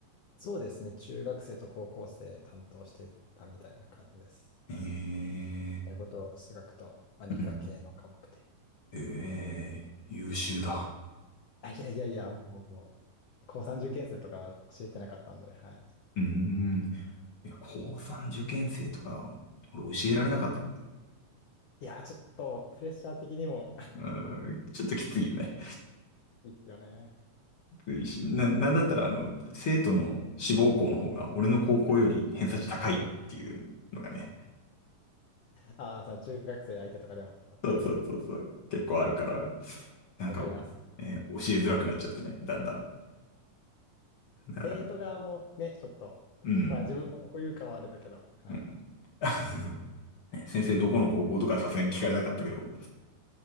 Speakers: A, on the left; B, on the left.
A: そうですね。中学生と高校生担当してたみたいな感じです。
B: へえ、
A: 英語と数学と、まあ、理科系の科目で。
B: うん。ええ、優秀だ。
A: あ、いやいやいや、もう、もう高三受験生とかは教えてなかったんで、はい。
B: うーん。いや、高3受験生とか、俺教えられなかった。
A: いや、ちょっとプレッシャー的にも <laughs>
B: うん、ちょっときついよね。
A: いいっすよね。
B: きついし、な、なんだったら、あの、生徒の志望校の方が、俺の高校より偏差値高いっていうのがね、
A: ああ、その中学生相手とかでもってこと。
B: そうそうそうそう、結構あるから、
A: あーい
B: なんか、
A: やわかります。
B: えー教えづらくなっちゃってね、だんだん。だから
A: 生徒側もね、ちょっと、
B: うん、
A: まあ自分のとこ言うかはあれだけど、はい。
B: うん。<laughs> ね先生どこの高校とかさすがに聞かれなかったけど、